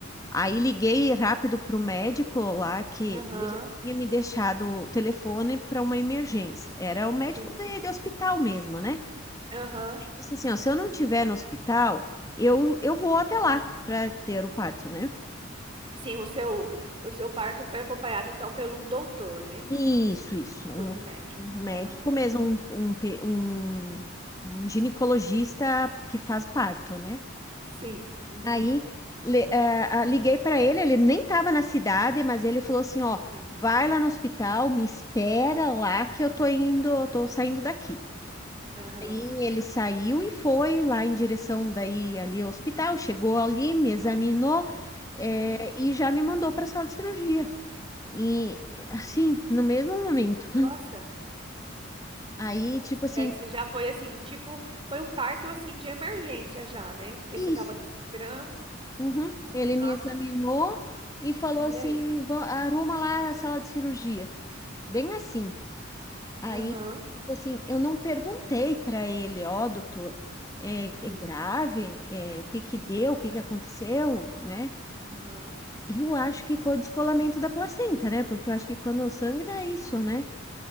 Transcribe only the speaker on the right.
Aham.
Sim.
Aham.
Sim, o seu, o seu parto foi acompanhado então pelo um doutor, né?
Por um médico.
Aham.
Sim. Uhum.
Sim.
Aham.
Sim.
Nossa.
E aí você já foi assim, tipo, foi um parto assim de emergência já, né? Porque
você tava ali sangrando.
Nossa,
menina.
E aí?
Aham.
Sim.
Aham.